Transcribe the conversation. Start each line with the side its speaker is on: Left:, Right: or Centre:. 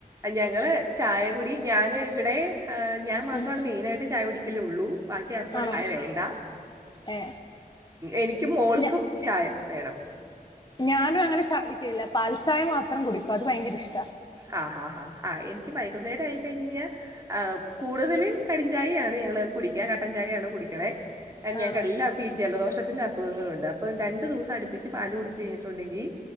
Right: ഞങ്ങൾ ചായ കുടി ഞാൻ ഇവിടെ ഞാൻ മാത്രാണ്
Left: ഉം
Right: മെയിനായിട്ട് ചായ കുടിക് കിലൊള്ളു ബാക്കി ആർക്കും
Left: ആണോ
Right: ചായ വേണ്ട
Left: ഏ
Right: എനിക്കും മൊൾക്കും
Left: ഞ
Right: ചായ വേണം
Left: ഞാനും അങ്ങനെ ചാടിക്കില്ല പാൽചായ മാത്രം കുടിക്കും അത് ഭയങ്കര ഇഷ്ട
Right: ആ ഹാ ഹാ ആ എനിക്ക് വൈകുന്നേര ആയി കഴിഞ്ഞ ആം കൂടുതലും കരിചായയാണ് ഞങ്ങള് കുടിക്ക കട്ടൻ ചായയാണ് കുടിക്
Left: ആ
Right: ഞങ്ങൾ എല്ലാർക്കും ഈ ജലദോഷത്തിന്റെ അസുഖങ്ങളുഉണ്ട് പ്പം രണ്ടു ദിവസം അടുപ്പിച്ച് പാല് കുടിച്ച് കഴിഞ്ഞിട്ടുണ്ടെങ്കിൽ